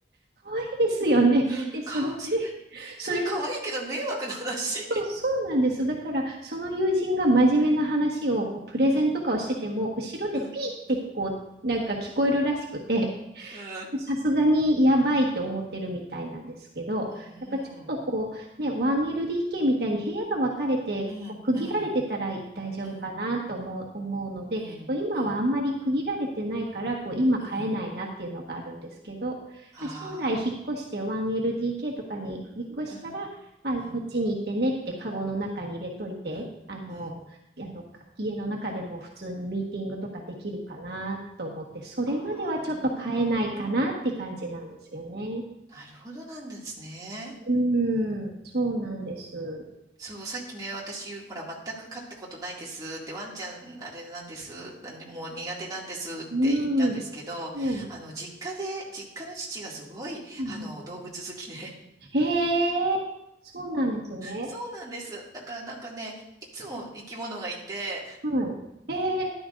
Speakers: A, on the right; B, on the right.
A: 可愛いですよね。
B: うん、
A: で、それで、
B: かわ、そ
A: それ
B: それかわいいけど迷惑な話。
A: そう、そうなんです。だから、その友人が真面目な話をこうプレゼンとかをしてても、
B: うん、
A: 後ろでピーってこう、
B: うん、
A: なんか聞こえるらしくて、<laughs>
B: うん、
A: さすがにやばいって思ってるみたいなんですけど、
B: う
A: やっぱちょっとこう、
B: ん、
A: ね、1LDK みたいに部屋が分かれて、
B: うん、
A: こう区切られてたら大丈夫かなと思う、
B: うん、うん、うん、
A: 思うので、
B: う
A: 今はあんまり区切られてないから、
B: ん、
A: こう今買えないなっていうのがあるんですけど、
B: うん、あ
A: まあ、将来引っ越して 1LDK とかに引っ越したら、
B: あ、
A: あ、
B: うん、
A: こっちにいてねってカゴの中に入れといて、
B: うん、うん、
A: あの、
B: うん、
A: あの、家の中でも普通にミーティングとかできるかなと思って、それまではちょっと買えないかなって感じなんですよね。
B: ああ、なるほどなんですね。
A: うん、そうなんです。
B: そう、さっきね、私、ほら、全く飼ったことないですって、ワンちゃん、あれなんです、なんでもう苦手なんですって言ったんですけど、
A: うん、うん、うん。
B: あの、実家で、実家の父がすごい、
A: うん
B: あの、動物好きで。<laughs>
A: へえ、そうなんですね。
B: そうなんです。だからなんかね、いつも生き物がいて、
A: はい。ええ、